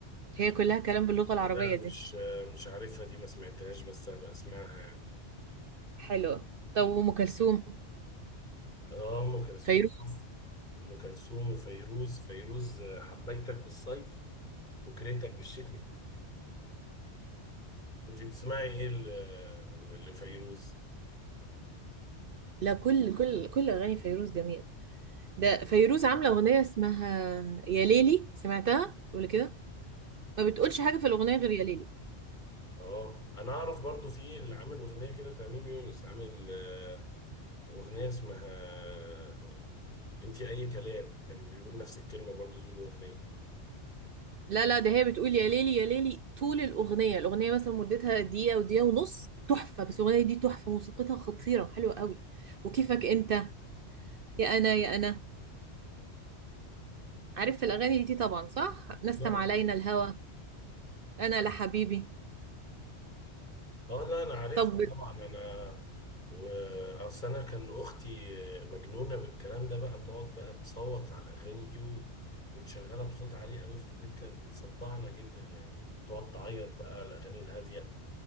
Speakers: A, on the right; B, on the left.
A: هي كلها كلام باللغة العربية
B: لا مش
A: دي
B: آه، مش عارفها دي ما سمعتهاش بس هبقى أسمعها يعني
A: حلوة طب وأم كلثوم
B: آه أم كلثوم
A: فيروز
B: طبعا ام كلثوم وفيروز فيروز آه، حبيتك بالصيف وكرهتك بالشتاء انت بتسمعي ايه ل- آه، لفيروز
A: لا كل كل كل أغاني فيروز جميلة ده فيروز عاملة أغنية اسمها يا ليلي سمعتها قبل كده؟ ما بتقولش حاجة في الأغنية غير يا ليلي
B: اه انا اعرف برضو في اللي عامل اغنيه كده تميم يونس عامل آه، اغنيه اسمها آه، انت اي كلام كان بيقول نفس الكلمه برضو زي الاغنيه
A: لا لا ده هي بتقول يا ليلي يا ليلي طول الأغنية الأغنية مثلا مدتها دقيقة ودقيقة ونص تحفة بس الأغنية دي تحفة موسيقتها خطيرة حلوة قوي وكيفك أنت يا أنا يا أنا عارف الأغاني دي طبعا صح نسم
B: اه
A: علينا الهوى أنا لحبيبي
B: اه لا انا عارفها
A: طب
B: طبعا انا واصل انا كان اختي مجنونه بالكلام ده بقى تقعد بقى تصوت على الاغاني دي و... وتشغلها بصوت عالي قوي في البيت كانت بتصدعنا جدا يعني وتقعد تعيط بقى الاغاني الهاديه